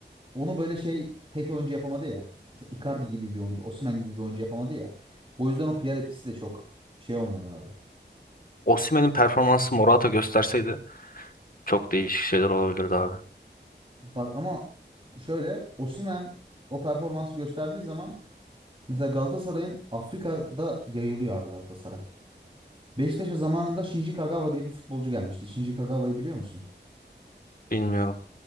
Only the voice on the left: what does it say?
Osimhen'in performansı Morata gösterseydi çok değişik şeyler olabilirdi abi.
Bilmiyorum.